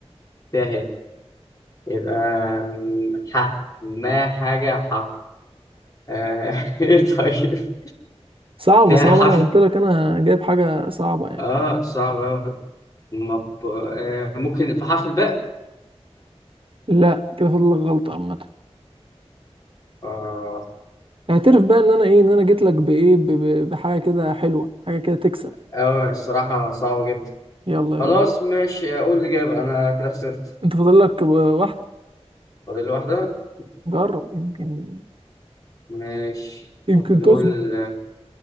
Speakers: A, on the left; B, on the right.
A: فيها هي يبقى م- ح ما حاجة ح آه، <laughs> إيه طيب
B: صعبه
A: فيها
B: صعبه
A: حرف
B: انا قلت لك انا جايب حاجه صعبه يعني
A: آه صعب أوي مب... آه ممكن في حرف الباء
B: لا كده فاضل لك غلطه عامه
A: آه
B: اعترف بقى ان انا ايه ان انا جيت لك بايه ب... ب... بحاجه كده حلوه حاجه كده تكسب
A: أوي الصراحة صعبة جدا
B: يلا يا
A: خلاص
B: باشا
A: ماشي أقول الإجابة أنا كده خسرت
B: انت فاضل لك واحده
A: فاضل لي واحدة
B: جرب يمكن
A: ماشي
B: يمكن
A: ممكن نقول
B: تظبط